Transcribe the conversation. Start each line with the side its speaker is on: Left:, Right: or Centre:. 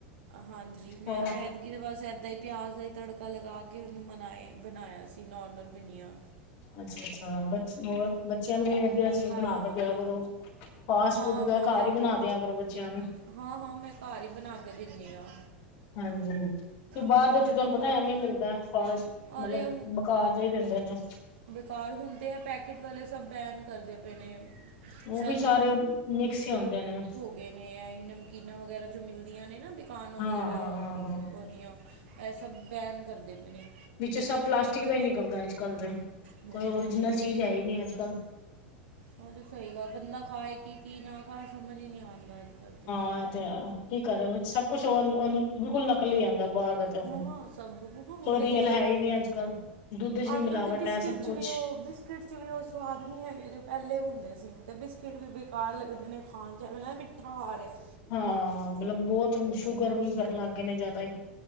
Right: ਹਾਂਜੀ, ਮੈਂ
Left: ਹੋਰ
Right: ਐਦ। ਕਿਹਦੇ ਬਸਤੇ, ਇਏਦਾਂ ਹੀ ਪਿਆਜ਼ ਦਾ ਹੀ, ਤੜਕਾ ਲਗਾ ਕੇ। ਉਹਨੂੰ ਬਣਾਏ ਬਣਾਇਆ ਸੀ ਨੋਰਮਲ ਭਿੰਨੀਆਂ।
Left: ਅੱਛਾ- ਅੱਛਾ। ਬ ਹੋਰ ਬੱਚਿਆਂ ਨੂੰ ਵੀ, ਵਧੀਆ ਚੀਜ਼
Right: ਹਾਂ
Left: ਬਣਾ ਕੇ
Right: ਹਾਂ
Left: ਦਿਆ ਕਰੋ। ਫਾਸਟ
Right: ਹਾਂ
Left: ਫੂਡ ਵਗੈਰਾ,
Right: ਹਾਂ
Left: ਘਰ ਹੀ ਬਣਾ ਦਿਆਂ ਕਰੋ, ਬੱਚਿਆਂ ਨੂੰ।
Right: ਹਾਂ-ਹਾਂ ਮੈਂ ਘਰ ਹੀ ਬਣਾ ਕੇ ਦਿੰਨੀ ਆ
Left: ਹਾਂਜੀ। ਕਿ ਬਾਹਰ
Right: ਹਾਂਜੀ
Left: ਦੇ, ਉ ਤੇ ਤੁਹਾਨੂੰ
Right: ਮੈਂ
Left: ਪਤਾ
Right: ਘਰ
Left: ਐਵੇਂ ਮਿਲਦਾ ਐ। ਫ ਮਤਲਬ,
Right: ਅਰੇ
Left: ਬਕਾਰ ਜਿਹਾ ਹੀ ਦਿੰਦੇ ਨੇ।
Right: ਕਾਰ ਹੁੰਦੇ ਆ। ਪੈਕਟ ਵਾਲੇ ਸਭ ਬੈਨ ਕਰਦੇ ਪਏ ਨੇ।
Left: ਉਹ
Right: ਸ਼ਾਇਦ
Left: ਵੀ, ਸਾਰੇ ਮਿਕਸ ਹੀ ਆਉਂਦੇ ਨੇ।
Right: ਗੇ ਨੇ, ਨਮਕੀਨਾਂ ਵਗੈਰਾ ਜੋ ਮਿਲਦੀਆਂ, ਨੇ ਨਾ ਬੇਕਾਨੋ
Left: ਹਾਂ
Right: ਵਗਰਾ।
Left: ਹਾਂ ਹਾਂ ਹਾਂ
Right: ਉਹਦੀਆਂ, ਇਹ ਸਭ ਬੈਨ ਕਰਦੇ ਪਏ ਵੇ।
Left: ਵਿੱਚ ਸਭ, ਪਲਾਸਟਿਕ ਦਾ ਹੀ ਨਿਕਲਦਾ ਹੈ। ਅੱਜ ਕੱਲ ਤੇ
Right: ਹੂੰ
Left: ਕੋਈ ਓਰੀਜਨਲ, ਚੀਜ਼ ਹੈ ਹੀ, ਨਹੀਂ। ਅੱਜ ਕੱਲ,
Right: ਬਹੁਤ ਸਹੀ ਗੱਲ ਹੈ। ਬੰਦਾ ਖਾਏ ਕੀ, ਕੀ ਨਾ ਖਾਏ। ਸਮਝ ਹੀ ਨਹੀਂ ਆਉਂਦਾ, ਅੱਜ ਕੱਲ ਤੇ।
Left: ਹਾਂ ਤੇ ਹੈ। ਕੀ ਕਰ ਹੇ। ਸਭ ਕੁਛ ਉਹ, ਬਿਲਕੁਲ ਨਕਲੀ ਹੀ। ਆਉਦਾ ਬਾਹਰ ਦਾ ਤ। ੁ
Right: ਹਾਂ ਸਭ ਹੁਣ
Left: ਕੋਈ
Right: ਤੇ
Left: ਰੀਅਲ
Right: ਕੁਛ
Left: ਹੈ
Right: ਹੈਗਾ
Left: ਹੀ ਨਹੀਂ। ਅੱਜ ਕੱਲ ਦੁੱਧ ਚ, ਵੀ
Right: ਅੱਜ
Left: ਮਿਲਾਵਟ
Right: ਕੱਲ੍ਹ ਤੇ ਬਿਸਕਿਟ
Left: ਹੈ। ਸਭ
Right: 'ਚ
Left: ਕੁਛ,
Right: ਵੀ ਉਹ ਬਿਸਕਿਟ ਚ ਵੀ, ਉਹ ਸਵਾਦ ਨਹੀਂ ਹੈਗੇ। ਜੋ ਪਹਿਲੇ ਹੁੰਦੇ ਸੀ। ਤੇ ਬਿਸਕਿਟ ਵੀ ਬੇਕਾਰ ਲੱਗਦੇ ਨੇ। ਹਾਂ, ਚਲ ਮਿੱਠਾ ਆ ਰਿਹਾ।
Left: ਹਾਂ, ਮਤਲਬ ਬਹੁਤ, ਸ਼ੂਗਰ ਵੀ ਕਰਨ ਲੱਗ ਗਏ ਨੇ ਜ਼ਿਆਦਾ ਹੀ।